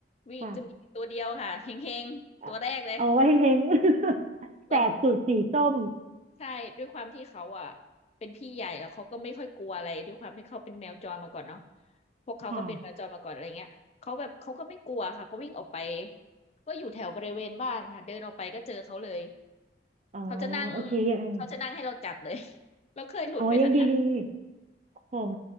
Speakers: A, on the left; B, on the right.
A: วิ่งจะมีตัวเดียวค่ะเฮงๆตัวแรกเลย
B: ค่ะอ่ะเอาไว้เห็น <laughs>
A: เหมือน
B: แสบสุดสีส้ม
A: ใช่ด้วยความที่เขาอ่ะเป็นพี่ใหญ่แล้วเขาก็ไม่ค่อยกลัวอะไรด้วยความที่เขาเป็นแมวจรมาก่อนเนาะพวกเขาก็เป็นแมวจรมาก่อนอะไรเงี้ยเขาแบบเขาก็ไม่กลัวค่ะเขาวิ่งออกไป
B: ค่ะ
A: ก็อยู่แถวบริเวณบ้านค่ะเดินออกไปก็เจอเขาเลย
B: อ๋อ
A: เขาจะนั่ง
B: โอเคยังไง
A: เขาจะนั่งให้เราจับเลย <laughs> แล้วเคยหลุดไหมคะเนี่ย
B: อ๋อยังดีดีของ